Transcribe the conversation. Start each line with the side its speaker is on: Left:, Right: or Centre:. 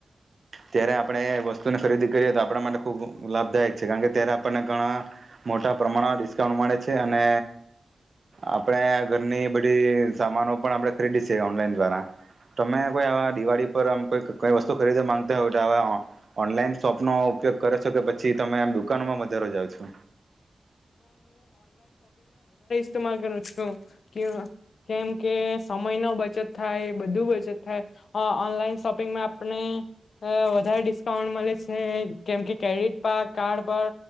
Right: ત્યારે આપણે વસ્તુની ખરીદી કરીએ તો આપડા માટે ખુબ લાભદાયક છે કારણ કે ત્યારે આપણને ઘણા... મોટા પ્રમાણમાં ડિસ્કાઉન્ટ મળે છે અને આપણે ઘરની બધી સામાનો પણ આપણે ખરીદીએ છે, ઓનલાઈન દ્વારા તમે કોઈ આવા દિવાળી પર આમ કોઈ કઈ વસ્તુ ખરીદવા માંગતા હોય તો આવા ઓનલાઈન શોપનો ઉપયોગ કરો છો કે પછી તમે આમ દુકાનોમાં વધારે જાઓ છો.
Left: તમાલ કરું છું, કેમ કેમ કે સમયનો બચત થાય બધું બચત... થાય આ ઓનલાઈન શોપિંગમાં આપને અ વધારે ડિસ્કાઉન્ટ મળે છે, કેમ કે ક્રેડિટ પર કાર્ડ પર